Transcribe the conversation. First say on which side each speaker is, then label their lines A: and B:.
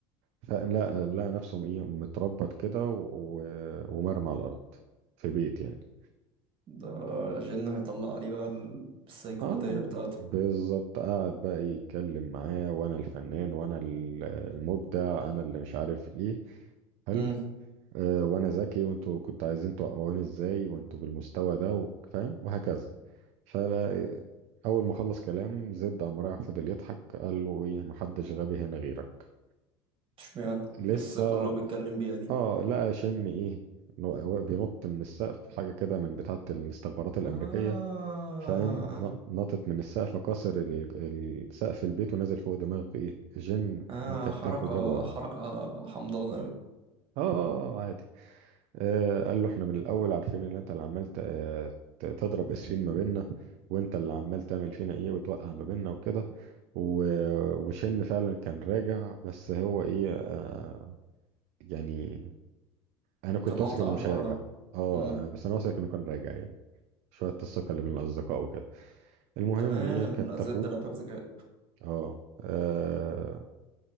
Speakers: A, on the right; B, on the right.
A: فلا لقى نفسه ايه متربط كده و- و- ومرمى على الارض في بيت يعني
B: ده جن هيطلع عليه بقى ال- السيكوباتية
A: اه
B: بتاعته
A: بالظبط قعد بقى يتكلم معاه وانا الفنان وانا ال- المبدع انا اللي مش عارف ايه حلو
B: امم
A: آه وانا ذكي وانتوا كنتوا عايزين توقعوني ازاي وانتوا بالمستوى ده و- فاهم وهكذا فلا اول ما خلص كلام زد قام رايح فضل يضحك قال له ايه محدش غبي هنا غيرك
B: اشمعنى ايه
A: لسه
B: الثقة اللي هو بيتكلم بيها دي
A: اه لقى شن ايه نو- بينط من السقف حاجه كده من بتاعه الاستخبارات الامريكيه
B: آه
A: فاهم ن- نطت من السقف كسر ال- ال- سقف البيت ونزل فوق دماغ ايه جن
B: آه
A: مكتفه
B: حركة
A: وجابه ارض
B: حركة حمضانة أوي
A: اه اه آه، آه، عادي آه قال له احنا من الاول عارفين ان انت اللي عمال ت- آه، ت- تضرب اسفين ما بيننا وانت اللي عمال تعمل فينا ايه وتوقع ما بيننا وكده و- وشن فعلا كان راجع بس هو ايه آه يعني انا كنت
B: كان قاطع
A: واثق انه
B: على
A: مش
B: الحوار
A: هيرجع
B: ده
A: اه
B: امم
A: بس انا واثق انه كان راجع يعني شويه الثقه اللي بين الاصدقاء وكده المهم
B: تمام
A: ايه كتفوه
B: لا زد لعبها بذكاء
A: اه آه،